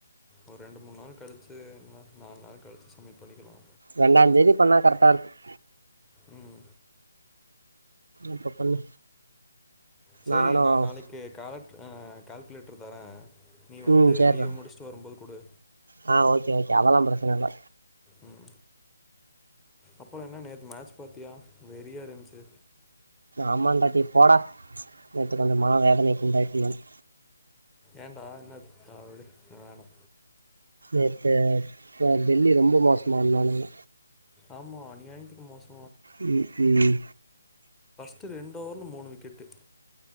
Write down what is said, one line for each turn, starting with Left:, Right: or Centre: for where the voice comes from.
Centre: ஒரு ரெண்டு மூணு நாள் கழிச்சு நா நாலு நாள் கழிச்சு சம்மிட் பண்ணிக்கலா
Right: ரெண்டாம் தேதி பண்ணா கரெக்டா இருக்கும்
Centre: உம்
Right: இப்ப பண்ணு
Centre: செரி
Right: நானும்
Centre: நான் நாளைக்கு காலட் அஹ கால்குலேட்டர் தரேன் நீ வந்து
Right: ம் சரிடா
Centre: லீவ முடிச்சுட்டு வரும்போது கூடு
Right: ஆ ஓகே ஓகே அதெல்லா பிரச்சன இல்ல
Centre: உம் அப்பறோ என்ன நே மேட்ச் பத்தியா வெறியா இருந்துச்சு
Right: ஆமாண்டா டே போட ச்சு நேத்து கொஞ்சோ மன வேதனைக்கு உண்டாயிட்டேன் நானு
Centre: என்டா என்ன ஆச்சு ஆ விடு ஆ வேண்டா
Right: நேத்து இப்ப டெல்லி ரொம்ப மோசமா ஆடுனானுங்க
Centre: ஆமா அநியாயித்துக்கு மோசம்
Right: உம் உம்
Centre: ட்டு ரெண்டு ஓவவர்ல மூணு விக்கெட்டு